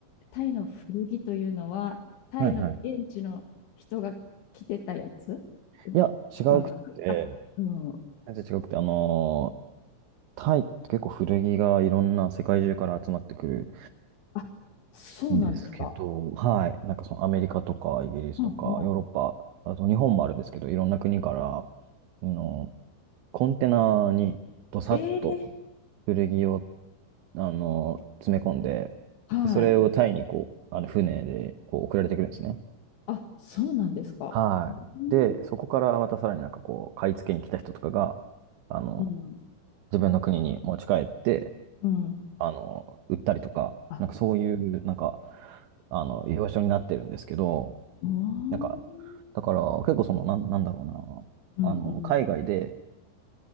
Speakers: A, on the left; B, on the right.
A: タイの古着というのは、タイの現地の人が着てたやつうん感覚あ、
B: はいはい。いや、違うくって、
A: うん。はい
B: 全然違くて、あのータイって結構古着がいろんな世界中から集まってくる
A: あ、そうなんですか。
B: んですけど、はい、なんかそのアメリカとかイギリスとかヨーロッパ、
A: うんうん。
B: あと日本もあるんですけど、いろんな国から、あのコンテナにどさっと
A: ええ。
B: 古着を、あの詰め込んで、
A: はい。
B: それをタイにこう、あの船でこう送られてくるんですね。
A: あ、そうなんですか。
B: はい。
A: うん
B: で、そこからまたさらになんかこう、買い付けに来た人とかが、あの、
A: うん
B: 自分の国に持ち帰って、
A: うん。
B: あの、売ったりとか、
A: あ、
B: なんかそういう、なんか、あの、居場所になってるんですけど、
A: おー
B: なんか、だから結構その、なん、なんだろう
A: うんうんうん。
B: な、あの、海外で